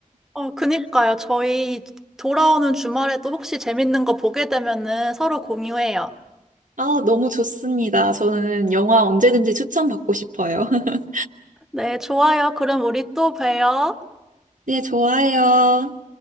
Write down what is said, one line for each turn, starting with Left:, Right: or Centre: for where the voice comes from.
Centre: 어, 그니까요. 저희 돌아오는 주말에도 혹시 재밌는 거 보게 되면은 서로 공유해요.
Right: 아, 너무 좋습니다. 저는 영화 언제든지 추천받고 싶어요. <laughs>
Centre: 네, 좋아요. 그럼 우리 또 봬요.
Right: 네, 좋아요.